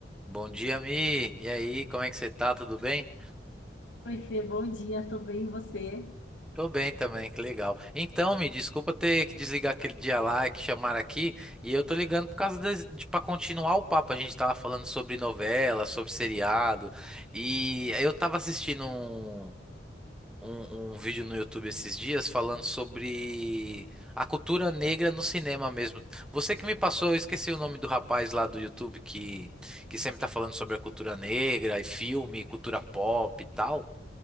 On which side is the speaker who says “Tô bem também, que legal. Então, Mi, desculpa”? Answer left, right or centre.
Centre